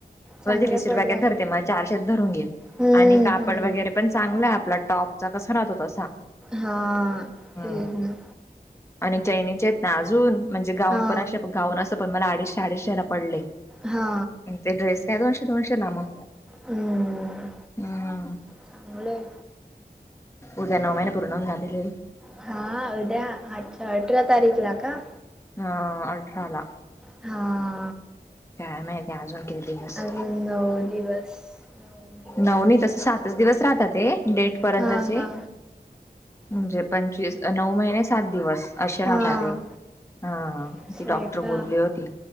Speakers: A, in the centre; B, on the left.
A: चांगले
B: वरचे तीस रुपया
A: पडले
B: काय
A: ना
B: धरते, म चारशेत धरून घे
A: हम्म
B: आणि कापड
A: हम्म
B: वगैरे पण चांगला आहे, आपला टॉप चा कसा राहतो तसा.
A: हा
B: हम्म.
A: ह ह.
B: आणि चैनीचेत ना अजून म्हणजे गाऊन
A: हा
B: पण, असे गाऊन असे पण मला अडीचशे अडीचशे ला पडले,
A: हा
B: ते ड्रेस काय दोनशे दोनशे ला मग.
A: हम्म,
B: हम्म
A: चांगलयं.
B: उद्या नऊ महिने पूर्ण होऊन झालेले आहेत
A: हा उद्या अच्छा अठरा तारीख ला का
B: हा अठराला
A: हा
B: काय माहिती अजून किती दिवस
A: अजून नऊ दिवस नऊ महिने
B: नऊनी
A: नऊ
B: तस सातच दिवस राहता ते डेट पर्यंतचे
A: हा हा
B: म्हणजे पंचवीस नऊ महिने सात दिवस अशी राहता
A: हा
B: ते हा
A: असं
B: ती डॉक्टर
A: आहे का
B: बोलली होती